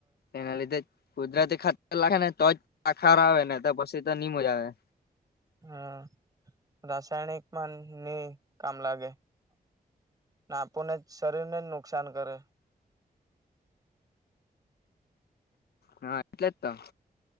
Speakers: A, on the left; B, on the right.
A: એના લીધે કુદરતી ખાતર લાખે ને તો જ આ ખાર આવે ને તો પછી નની મજા આવે.
B: હમ્મ રાસાયણિકમાં ની કામ લાગે. ને આપુને જ શરીર ને જ નુકસાન કરે.
A: હા એટલે જ તો.